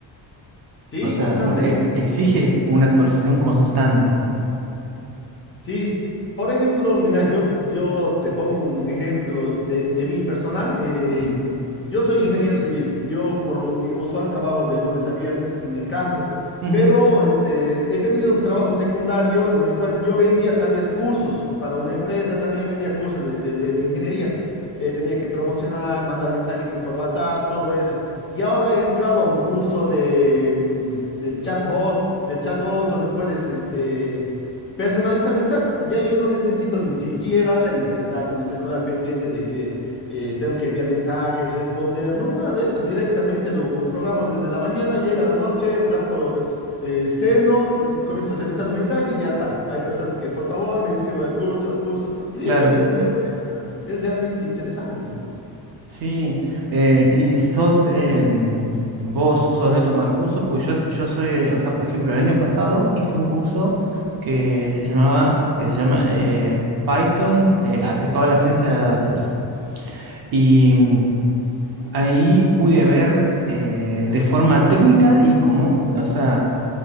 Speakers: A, on the left (about 25°); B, on the right (about 50°).
A: Sí,
B: O sea,
A: constantemente.
B: un- e- exige una actualización constante.
A: Sí, por ejemplo, mira, yo, yo te pongo un ejemplo de, de mi personal. eh,
B: Sí.
A: yo soy ingeniero civil. Yo por lo i- usual trabajo de lunes a viernes en el campo,
B: Ujú,
A: pero este, he tenido un trabajo secundario en el cual yo vendía tal vez cursos para una empresa, también vendía cursos de, de- de- de ingeniería. Eh, tenía que promocionar, mandar mensajitos por WhatsApp, todo eso. Y ahora he entrado a un curso de, mm, de chatbot, de chatbot donde puedes, este Personalizar mensajes. Ya yo no necesito ni siquiera este, estar con mi celular pendiente de que eh, tengo que enviar mensajes, responder, no, nada de eso. Directamente lo, lo programo desde la mañana, llega la noche, un rato eh, ceno, l- comienzo a revisar los mensajes y ya está. Hay personas que, por favor, me inscribo al curso, al curso, y listo,
B: claro.
A: es un ingreso extra. Es realmente interesante.
B: Sí, eh, y sos, eh, mm, vos sos de tomar cursos, pues yo, yo soy, eh, o sea, por ejemplo, el año pasado hice un curso que se llamaba, que se llama eh, Python eh, aplicado a la ciencia de datos. Y mm, ahí pude ver eh, de forma técnica y cómo, o sea,